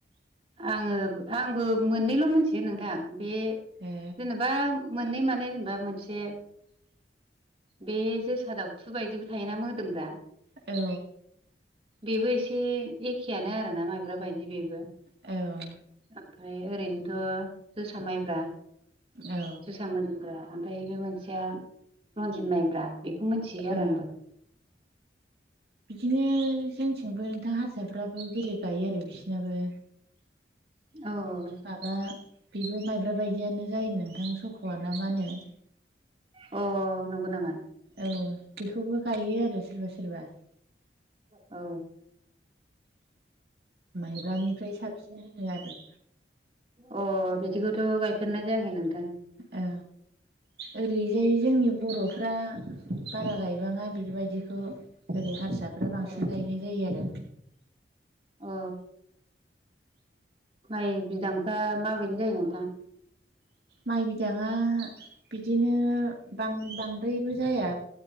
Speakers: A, on the right; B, on the right.
A: आङो आंबो मोननैल' मोनथियो नोंथां बे
B: ए
A: जेनोबा मोननै माने जेनोबा मोनसे बे जोसा दावथु बायदिबो थायोना मोदोमग्रा
B: औ
A: बेबो एसे एखेयानो आरोना माइब्रा बायदि बेबो
B: औ
A: ओमफाय ओरैनोथख' जोंहा माइब्रा
B: औ
A: जोसा माइब्रा ओमफाय बे मोनसेया रन्जित माइब्रा बेखौ मोनथियो आरो
B: औ
A: आंबो
B: बिदिनो जोंथिंबो नोंथां हारसाफ्राबो बेलेग गायो आरो बिसनाबो
A: औ
B: माबा बेबो माइब्रा बायदियानो जायो नोंथां सख'आ ना मा होनो
A: अ नंगौ नामा
B: औ बिखौबो गायो। आरो सोरबा सोरबा
A: अ।
B: माइब्रानिफ्राय साबसिन होनो आरो
A: अ बिदिखौथ' गायफेरनाय जायाखै नों
B: ओ ओरैजाय जोंनि बर'फ्रा बारा गायबाङा बिदि बायदिखौ। ओरै हारसाफ्रा बांसिन
A: औ
B: गायनाय जायो आरो।
A: अ माइ बिदांफ्रा माबायदि जायो नोंथां?
B: माइ बिदाङा बिदिनो बां बांद्रायबो जाया।